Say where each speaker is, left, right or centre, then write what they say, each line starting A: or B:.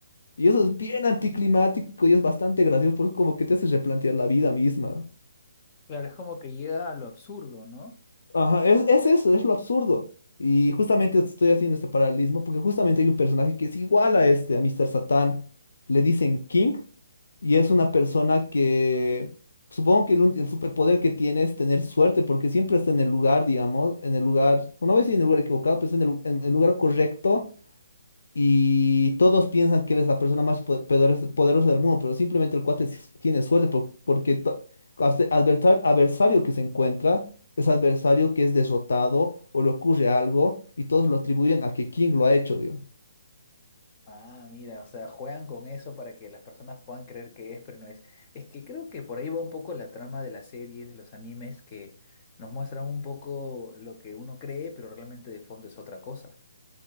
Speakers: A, on the left; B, on the left.
A: Y eso es bien anticlimático y es bastante gracioso porque como que te hace replantear la vida misma.
B: Claro, es como que llega a lo absurdo, ¿no?
A: Ajá, es, es eso, es lo absurdo. Y justamente estoy haciendo este paralelismo porque justamente hay un personaje que es igual a este, a Mr. Satan. Le dicen King. Y es una persona que supongo que el, un- el superpoder que tiene es tener suerte, porque siempre está en el lugar, digamos, en el lugar, no voy a decir en el lugar equivocado, pero está en el, lu- en el lugar correcto. Y todos piensan que él es la persona más po- poderes- poderosa del mundo, pero simplemente el cuate s- tiene suerte por- porque to- adver- adversar- adversario que se encuentra es adversario que es derrotado o le ocurre algo y todos lo atribuyen a que King lo ha hecho, Dios.
B: Ah, mira, o sea, juegan con eso para que las personas puedan creer que es, pero no es. Es que creo que por ahí va un poco la trama de las series, de los animes, que nos muestran un poco lo que uno cree, pero realmente de fondo es otra cosa.